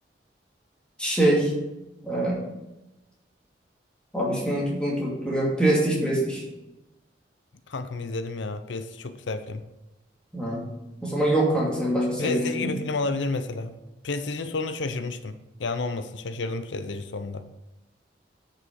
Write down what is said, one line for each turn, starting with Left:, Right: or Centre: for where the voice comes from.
Centre: şey e, abi ismini unutup unutup duruyor. Prestige, Prestige.
Left: Kankamı izledim ya. Prestige çok güzel film.
Centre: Ha. O zaman yok kanka senin başka seveceğin
Left: Prestige
Centre: film.
Left: gibi film olabilir mesela. Prestige'in sonunda şaşırmıştım. Yani olmasın şaşırdım Prestige'in sonunda.